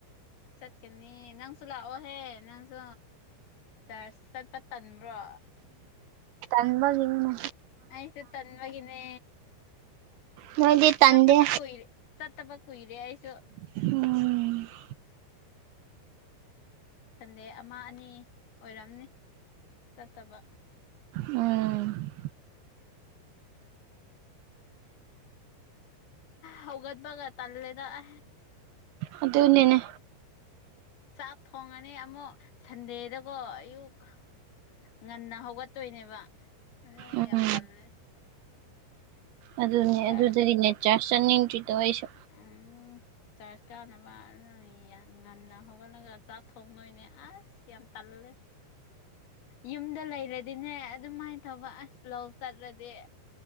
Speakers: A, on the left; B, on the right.
A: ꯆꯠꯀꯅꯤ ꯅꯪꯁꯨ ꯂꯥꯛꯑꯣꯍꯦ ꯅꯪꯁꯨ ꯆꯔꯁ ꯆꯠꯄ ꯇꯟꯕ꯭ꯔꯣ
B: ꯇꯟꯕꯒꯤꯃꯦ
A: ꯑꯁ ꯇꯟ ꯃꯒꯅꯦ
B: ꯅꯣꯏꯗꯤ ꯇꯟꯗꯦ
A: ꯆꯠꯇꯕ ꯀꯨ ꯏꯔꯤꯦ ꯆꯠꯇꯕ ꯀꯨꯏꯔꯦ ꯑꯩꯁꯨ
B: ꯑꯣꯝ
A: ꯁꯟꯗꯦ ꯑꯃ ꯑꯅꯤ ꯑꯣꯏꯔꯝꯅꯤ ꯆꯠꯇꯕ
B: ꯎꯝ
A: ꯍꯧꯒꯠꯕꯒ ꯇꯜꯂꯦꯗ ꯑ
B: ꯑꯗꯨ ꯑꯣꯅꯤꯅꯦ
A: ꯆꯥꯛ ꯊꯣꯡꯉꯅꯤ ꯑꯃꯨꯛ ꯁꯟꯗꯦꯗꯀꯣ ꯑꯌꯨꯛ ꯉꯟꯅ ꯍꯧꯒꯠꯇꯣꯏꯅꯦꯕ ꯑꯗꯨ
B: ꯎꯝ
A: ꯌꯥꯝ ꯇꯜꯃꯦ
B: ꯑꯗꯨꯅꯦ
A: ꯆꯥꯔ
B: ꯑꯗꯨꯗꯤꯅꯦ ꯆꯥ ꯆꯥꯅꯤꯡꯗ꯭ꯔꯤ ꯇ ꯑꯩꯁꯨ
A: ꯎꯝ ꯆꯔꯀꯥꯅꯕꯅ ꯏ ꯉꯟꯅ ꯍꯧꯒꯠꯂꯒ ꯆꯥꯛ ꯊꯣꯡ ꯅꯣꯏꯅꯦ ꯑꯁ ꯌꯥꯝ ꯇꯜꯂꯦ ꯌꯨꯝꯗ ꯂꯩꯔꯗꯤꯅꯦ ꯑꯗꯨꯃꯥꯏꯅ ꯇꯧꯕ ꯑꯁ ꯂꯧ ꯆꯠꯂꯗꯤ